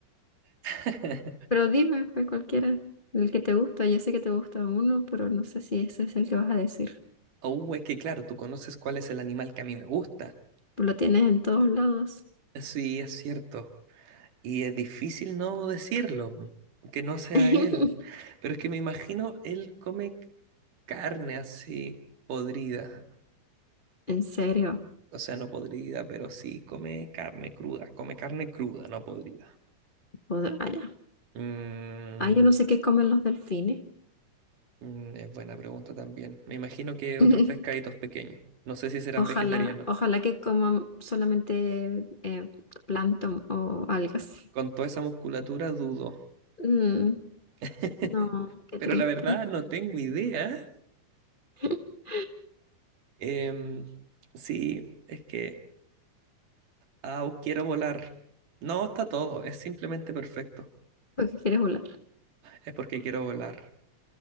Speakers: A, on the right; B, on the left.
A: <laughs>
B: Pero dime, pues cualquiera, el que te gusta. Yo sé que te gusta uno, pero no sé si ese es el que vas a decir.
A: Oh, es que claro, tú conoces cuál es el animal que a mí me gusta.
B: Pues Lo tienes en todos lados.
A: Sí, es cierto. Y es difícil no decirlo, que no sea
B: <laughs>
A: él. Pero es que me imagino, él come carne así podrida.
B: En serio,
A: O sea, no podrida, pero sí come carne cruda. Come carne cruda, no podrida.
B: podrá, ah, ya.
A: Mm,
B: Ay, yo no sé qué comen los delfines.
A: mm, es buena pregunta también. Me imagino que
B: <laughs>
A: otros pescaditos pequeños. No sé si serán
B: Ojalá,
A: vegetarianos.
B: ojalá que coman solamente eh, plancton o algas.
A: Con toda esa musculatura dudo.
B: Mm,
A: <laughs>
B: no, qué
A: Pero
B: triste.
A: la verdad no tengo idea.
B: <laughs>
A: Em, sí, es que... Au, quiero volar. No, está todo. Es simplemente perfecto.
B: porque quieres volar?
A: Es porque quiero volar.